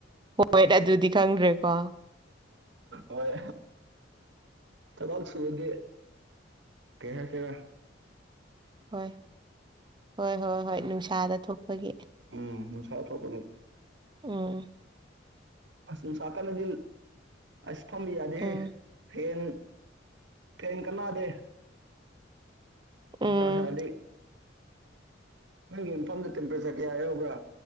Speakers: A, on the right; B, on the right.
A: ꯍꯣꯏ ꯑꯗꯨꯗꯤ ꯈꯪꯗ꯭ꯔꯦꯀꯣ
B: ꯍꯣꯏ ꯊꯕꯛꯁꯨꯨꯔꯗꯤ ꯀꯩ ꯍꯥꯁꯤꯔ
A: ꯍꯣꯏ ꯍꯣꯏ ꯍꯣꯏ ꯍꯣꯏ ꯅꯨꯡꯁꯥꯗ ꯊꯣꯛ ꯑꯩꯈꯣꯏꯒꯤ
B: ꯎꯝ ꯅꯨꯡꯁꯥ ꯊꯣꯛꯄꯒꯤ
A: ꯎꯝ
B: ꯑꯁ ꯅꯨꯡꯁꯥ ꯀꯥꯟꯗꯗꯤ ꯑꯁ ꯐꯝꯕ ꯌꯥꯗꯦꯍꯦ
A: ꯎꯝ
B: ꯐꯦꯟ ꯐꯦꯟ ꯀꯅꯥꯗꯦ ꯅꯨꯡꯁꯥ
A: ꯎꯝ
B: ꯁꯥꯔꯗꯤ ꯅꯪꯒꯤ ꯃꯐꯝꯗ ꯇꯦꯝꯄ꯭ꯔꯦꯆꯔ ꯀꯌꯥ ꯌꯥꯎꯕ꯭ꯔꯥ